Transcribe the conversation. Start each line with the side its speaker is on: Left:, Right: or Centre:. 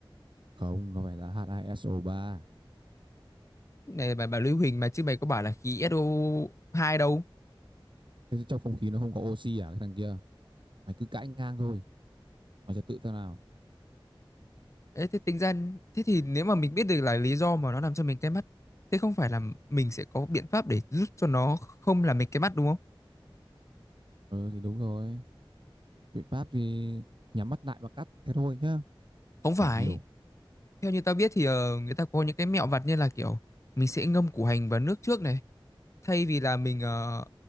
Right: không nó phải là H2SO3
Left: này bà, bà Lưu Huỳnh mà chứ mày có bảo là khí SO2 đâu
Right: thế trong không khí nó không có oxy à cái thằng kia mày cứ cãi ngang thôi mày trật tự thế nào
Left: Đấy, thế tính ra thế thì nếu mà mình biết được là lý do mà nó làm cho mình cay mắt thế không phải là mình sẽ có biện pháp để giúp cho nó không làm mình cay mắt đúng không
Right: ừ thì đúng rồi biện pháp thì nhắm mắt lại và cắt thế thôi nhá
Left: không phải
Right: hỏi nhiều
Left: theo như tao biết thì ờ, người ta có những cái mẹo vặt như là kiểu mình sẽ ngâm củ hành vào nước trước này thay vì là mình ờ,